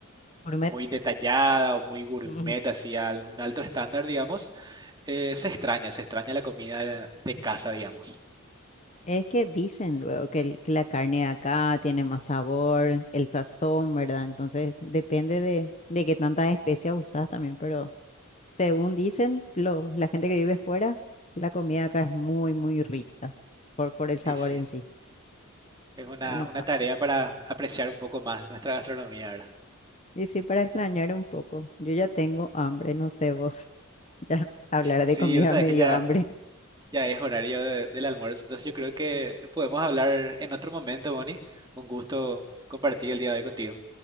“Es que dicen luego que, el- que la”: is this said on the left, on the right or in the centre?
Left